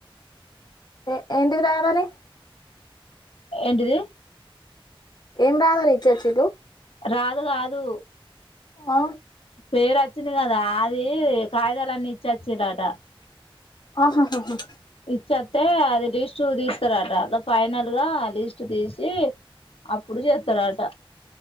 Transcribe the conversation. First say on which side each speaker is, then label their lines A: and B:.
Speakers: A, on the left; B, on the left.
A: ఏ ఎందుకు రాయాదాని
B: ఎంటిది
A: ఏం రాదా ఇచ్చాచ్చ తూ
B: రాదు కాదు
A: ఆ
B: పేరుచ్చంది కా అదా ఆది కాయిదాలన్నీ చచ్చిలద
A: ఆహాహాహా
B: ఇచ్చ అంత అదిే ష్ ఉ తీస్తరాట ఫైనల్ గా లిస్ట్ తీసి అప్పుడు చేస్తారట